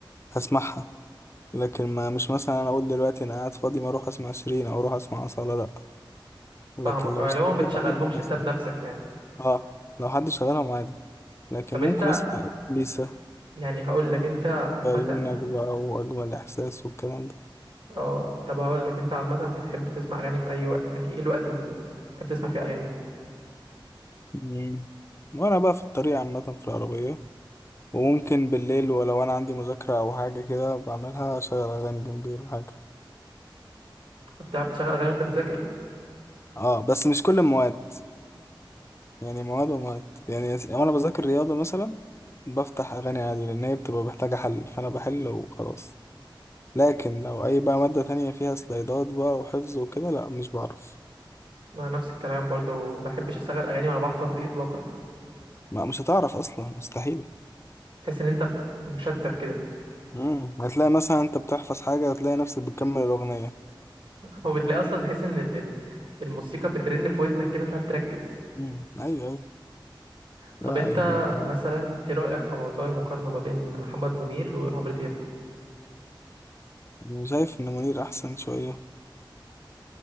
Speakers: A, on the left (about 30°); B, on the right (about 85°).
A: هسمعها لكن ما مش مثلا أنا أقول دلوقتي أنا قاعد فاضي ما أروح أسمع شيرين أو أروح أسمع أصالة لأ لكن
B: فاهمك
A: لو
B: اه
A: اشتغلت
B: اللي هو ما بتشغلهمش
A: عادي
B: انت
A: هسمع
B: بنفسك يعني
A: اه لو حد شغالهم عادي لكن
B: طب
A: ممكن
B: انت
A: أسمع ليسا
B: يعني هقول لك انت عامة
A: فيمنك بقى وأجمل إحساس والكلام ده
B: اه طب هقول لك انت عامة بتحب تسمع اغاني في اي وقت يعني ايه الوقت اللي بتحب تسمع فيه اغاني
A: مم. وأنا بقى في الطريق عامة في العربية وممكن بالليل ولو أنا عندي مذاكرة أو حاجة كده بعملها أشغل أغاني جنبي ولا حاجة
B: بتعرف تشغل اغاني وانت بتذاكر
A: اه بس مش كل المواد يعني مواد ومواد يعني وأنا بذاكر رياضة مثلا بفتح أغاني عادي لأن هي بتبقى محتاجة حل فأنا بحل وخلاص لكن لو أي بقى مادة تانية فيها سلايدات بقى وحفظ وكده لأ مش بعرف
B: انا نفس الكلام برضه ما بحبش اشغل اغاني وانا بحفظ دي اطلاقا
A: ما مش هتعرف أصلا مستحيل
B: تحس ان انت بت- مشتت كده
A: مم. هتلاقي مثلا انت بتحفظ حاجة هتلاقي نفسك بتكمل الأغنية
B: <laughs> هو بتلاقي اصلا تحس ان ال- ال- الموسيقى بترن في ودنك كده مش عارف تركز
A: مم. أيوه أيوه
B: طب
A: لا
B: انت
A: يعني هو-
B: مثلا ايه رأيك في موضوع المقارنة ما بين محمد منير وعمرو دياب
A: أنا شايف إن منير أحسن شوية